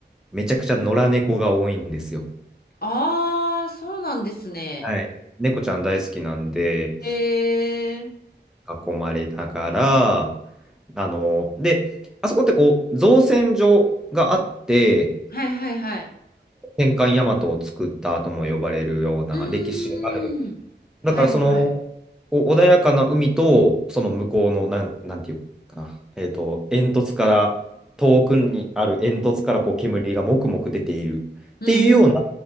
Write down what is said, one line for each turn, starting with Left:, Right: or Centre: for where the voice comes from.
Centre: めちゃくちゃ野良猫が多いんですよ。
Left: あー、そうなんですね。
Centre: はい。猫ちゃん大好きなんで、
Left: へー。
Centre: 囲まれながら、あの、で、あそこってこう造船所があって、
Left: はいはいはい。
Centre: 戦艦大和を作ったとも呼ばれるような歴史がある
Left: うーん。はいはい。
Centre: だからそのこう穏やかな海とその向こうのなん、なんていうかな、えーと、煙突から遠くにある煙突からこう煙がもくもく出ているっていうような
Left: うん